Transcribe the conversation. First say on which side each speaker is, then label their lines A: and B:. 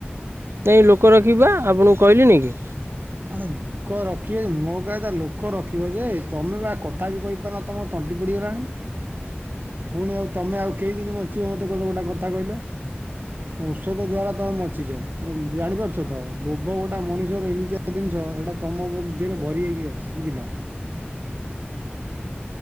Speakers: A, on the right (about 80°); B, on the right (about 50°).
A: ନାଇଁ ଲୋକ ରଖିବା ଆପଣଙ୍କୁ କହିଲିନି କି?
B: ଆ ଲୋକ ରଖିବେ ମୋ କହିବା କଥା ଲୋକ ରଖିବ ଯେ ତମେ ପା କଥା ବି କହିପାରନ ତମ ତଣ୍ଟି ପୋଡ଼ିଗଲାଣି। ପୁଣି ଆଉ ତମେ ଆଉ କେଇଦିନ ବଞ୍ଚିବ ମତେ ଗୋଟେ କଥା କହିଲ? ଔଷଧ ଦ୍ଵାରା ତମେ ବଞ୍ଚିଛ ତମେ ଜାଣିପାରୁଛ ତ ଲୋଭ ଗୋଟେ ମଣିଷର ଏମିତିଆ ଜିନିଷ ହେଟା ତମ ବୁଦ୍ଧି ରେ ଭରି ହେଇକି ଅଛି ବୁଝିଲ।